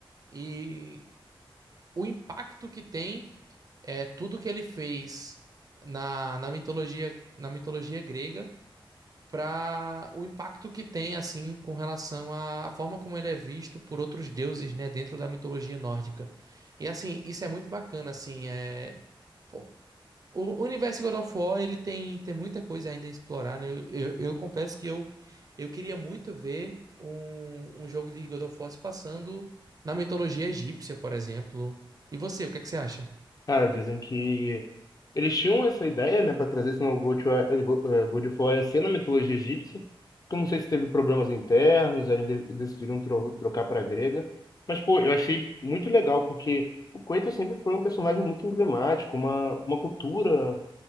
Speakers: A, on the right; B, on the left.
A: E o impacto que tem é tudo que ele fez na, na mitologia, na mitologia grega para o impacto que tem, assim, com relação à forma como ele é visto por outros deuses, né? Dentro da mitologia nórdica. E, assim, isso é muito bacana, assim, é... pô, o universo God of War, ele tem, tem muita coisa ainda a explorar, né? Eu, eu, eu confesso que eu, eu queria muito ver um, um jogo de God of War se passando na mitologia egípcia, por exemplo. E você, o que é que você acha?
B: Cara, dizem que eles tinham essa ideia, né, para trazer esse novo God, eh, Go- eh, God of War a ser na mitologia egípcia. que Eu não sei se teve problemas internos, aí eles de- decidiram tro- trocar para grega. Mas, pô, eu achei muito legal, porque o Kratos sempre foi um personagem muito emblemático, uma, uma cultura